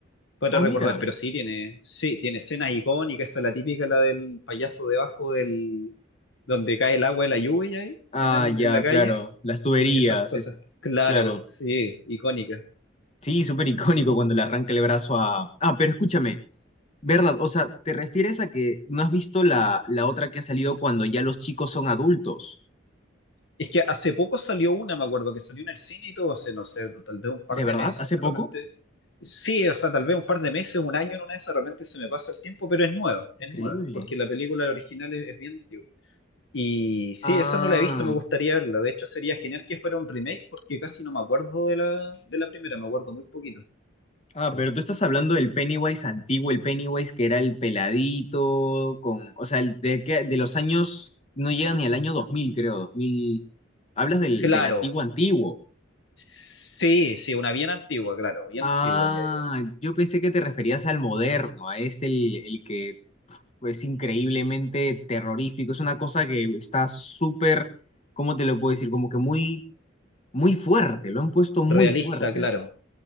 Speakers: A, on the left; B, on the left.
A: para
B: Ah,
A: recordar,
B: mira.
A: pero sí tiene, sí, tiene escenas icónicas, esa es la típica, la del payaso debajo del, donde cae el agua de la lluvia ahí,
B: Ah,
A: en el-
B: ya,
A: en la calle,
B: claro, las tuberías,
A: y esas cosas.
B: esta,
A: Claro,
B: claro.
A: sí, icónicas.
B: Sí, súper icónico cuando le arranca el brazo a... Ah, pero escúchame, Verdad, o sea, ¿te refieres a que no has visto la, la otra que ha salido cuando ya los chicos son adultos?
A: Es que hace poco salió una, me acuerdo, que salió en el cine y todo, hace, no sé, tal vez un par
B: ¿De
A: de
B: verdad?
A: meses,
B: ¿Hace
A: de
B: poco?
A: repente. Sí, o sea, tal vez un par de meses, un año en una de esas, de repente se me pasa el tiempo, pero es nueva, es
B: Increíble.
A: nueva, porque la película original es, es bien antigua. Y sí,
B: Ah,
A: esa no la he visto, me gustaría verla. De hecho, sería genial que fuera un remake porque casi no me acuerdo de la, de la primera, me acuerdo muy poquito.
B: ah, pero tú estás hablando del Pennywise antiguo, el Pennywise que era el peladito, con, o sea, el de, que, de los años, no llega ni al año 2000, creo, 2000. Hablas del,
A: Claro,
B: del antiguo antiguo.
A: sí, sí, una bien antigua, claro, bien
B: Ah,
A: antigua que había.
B: yo pensé que te referías al moderno, a este, el, el que pues increíblemente terrorífico. Es una cosa que está súper, ¿cómo te lo puedo decir? Como que muy, muy fuerte, lo han puesto muy
A: Realista,
B: fuerte.
A: claro.